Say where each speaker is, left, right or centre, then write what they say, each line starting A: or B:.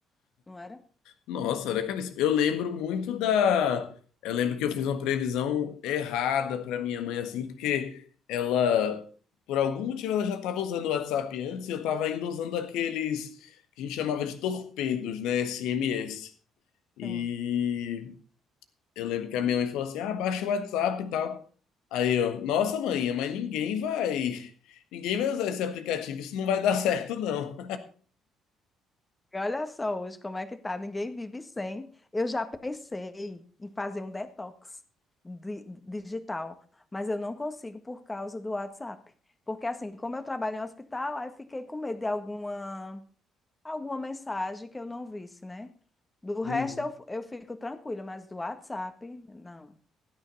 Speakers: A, on the left; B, on the left.
A: não era?
B: Nossa, era caríssimo. Eu lembro muito da. Eu lembro que eu fiz uma previsão errada pra minha mãe, assim, porque ela, por algum motivo, ela já tava usando o WhatsApp antes e eu tava ainda usando aqueles que a gente chamava de torpedos, né? SMS. E
A: Sim,
B: eu lembro que a minha mãe falou assim: ah, baixa o WhatsApp e tal. Aí eu, nossa, mãe, mas ninguém vai. <laughs> Ninguém vai usar esse aplicativo, isso não vai dar certo, não.
A: E Olha só hoje como é que tá, ninguém vive sem. Eu já pensei em fazer um detox di- digital, mas eu não consigo por causa do WhatsApp. Porque assim, como eu trabalho em hospital, aí fiquei com medo de alguma, alguma mensagem que eu não visse, né? Do resto
B: Uhum.
A: eu, eu fico tranquila, mas do WhatsApp, não.